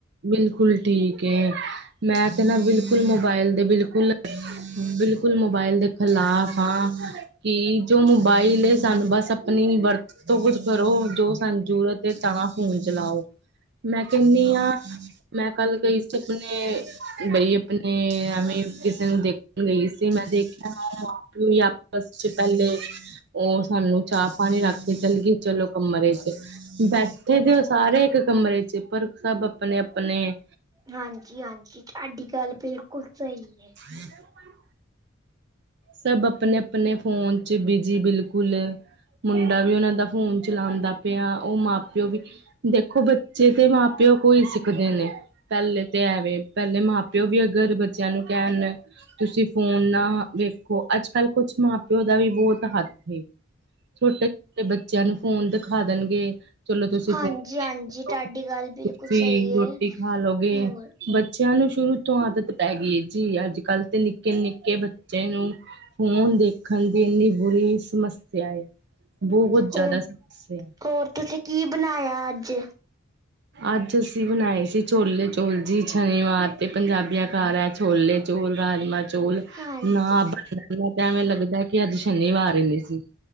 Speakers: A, on the right (about 60°); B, on the right (about 20°).
A: ਬਿਲਕੁਲ ਠੀਕ ਏ। ਮੈਂ ਤੇ ਨਾ ਬਿਲਕੁਲ ਮੋਬਾਇਲ ਦੇ, ਬਿਲਕੁਲ ਬਿਲਕੁਲ ਮੋਬਾਇਲ ਦੇ ਖਲਾਫ਼ ਆ। ਕਿ ਜੋ ਮੋਬਾਇਲ ਏ, ਸਾਨੂੰ ਬਸ ਆਪਣੀ ਵਰਤ ਤੋ ਕੁੱਝ ਕਰੋ। ਜੋ ਸਨੂੰ ਜਰੂਰਤ ਐ, ਤਾਂਹ ਫੂਨ ਚਲਾਓ। ਮੈ ਕਹਿੰਨੀ
B: ਹਾਂ
A: ਆ, ਮੈ ਕੱਲ੍ਹ ਗਈ ਸੀ ਅਪਣੇ। ਬਈ ਅਪਣੇ ਤੇ ਐਵੇਂ ਕਿਸੇ ਨੂੰ ਦੇਖਨ ਗ‌ਈ ਸੀ। ਮੈ ਦੇਖਿਆ ਉਹ ਆਪ ਵੀ ਨੀ ਫਸਟ 'ਚ ਪਹਿਲੇ, ਉਹ ਸਾਨੂੰ ਚਾਹ-ਪਾਣੀ ਰੱਖ ਕੇ ਚਲਗੇ। ਚਲੋ, ਕਮਰੇ ਬੈਠੇ ਦੇ ਉਹ ਸਾਰੇ ਇਕ ਕਮਰੇ 'ਚ। ਪਰ ਸਭ ਅਪਨੇ-ਅਪਨੇ
B: ਹਾਂਜੀ-ਹਾਂਜੀ, ਤੁਹਾਡੀ ਗੱਲ ਬਿਲਕੁਲ ਸਹੀ ਏ ਕਿ।
A: <inaudible> ਸਭ ਅਪਨੇ-ਅਪਨੇ ਫ਼ੋਨ 'ਚ ਬਿਜੀ ਬਿਲਕੁਲ। ਮੁੰਡਾ ਵੀ ਉਹਨਾ ਦਾ ਫ਼ੋਨ ਚਲਾਂਦਾ ਪਿਆ, ਉਹ ਮਾਂ ਪਿਓ ਵੀ‌। ਦੇਖੋ, ਬੱਚੇ ਤੇ ਮਾਂ ਪ ਪਿਓ ਕੋ ਈ ਸਿੱਖਦੇ ਨੇ। ਪਹਿਲੇ ਤੇ ਐ ਵੇ, ਪਹਿਲੇ ਮਾਂ ਪਿਓ ਵੀ ਅਗਰ ਬੱਚਿਆਂ ਨੂੰ ਕਹਿਣ ਤੁਸੀਂ ਫ਼ੋਨ ਨਾ ਵੇਖੋ। ਅੱਜ-ਕੱਲ੍ਹ, ਕੁਛ ਮਾਂ-ਪਿਓ ਦਾ ਵੀ ਬਹੁਤ ਹੱਥ ਏ। ਛੋਟੇ-ਛੋਟੇ ਬੱਚਿਆਂ ਨੂੰ ਫ਼ੋਨ ਦਿਖਾ ਦੇਣਗੇ ਚਲੋ, ਤੁਸੀ
B: ਹਾਂਜੀ
A: ਫ਼ੋਨ
B: ਹਾਂਜੀ
A: ਦੇਖਲੋ।
B: ਤੁਹਾਡੀ
A: ਤੁਸੀ
B: ਗੱਲ ਬਿਲਕੁਲ ਸਹੀ ਹੈ
A: ਰੋਟੀ ਖਾਲੋਗੇ
B: ਹੋਰ
A: ਬੱਚਿਆਂ ਨੂੰ ਸ਼ੁਰੂ ਤੋਂ ਆਦਤ ਪੈ ਗਈ ਏ ਜੀ। ਅੱਜ-ਕੱਲ੍ਹ ਤੇ ਨਿੱਕੇ-ਨਿੱਕੇ ਬੱਚੇ ਨੂੰ ਫ਼ੋਨ ਦੇਖਣ ਦੀ ਏਨੀ ਬੁਰੀ ਸਮੱਸਿਆ ਏ ਬਹੁਤ ਜ਼ਾਦਾ
B: ਹੋਰ
A: ਸਮੱਸਿਆ।
B: ਹੋਰ ਤੁਸੀਂ ਕੀ ਬਨਾਇਆ ਅੱਜ?
A: ਅੱਜ ਅਸੀਂ ਬਣਾਏ ਸੀ, ਛੋਲੇ-ਚੋਲ ਜੀ। ਸ਼ਨੀਵਾਰ ਤੇ ਪੰਜਾਬੀਆਂ ਘਾਰ ਐ ਛੋਲੇ-ਚੋਲ, ਰਾਜਮਾ ਚੋਲ‌।
B: ਹਾਂਜੀ
A: ਨਾ ਬਣਾਈਏ ਤਾਂ ਐਵੇਂ ਲੱਗਦਾ, ਕਿ ਅੱਜ ਸ਼ਨੀਵਾਰ ਈ ਨੀ ਸੀ।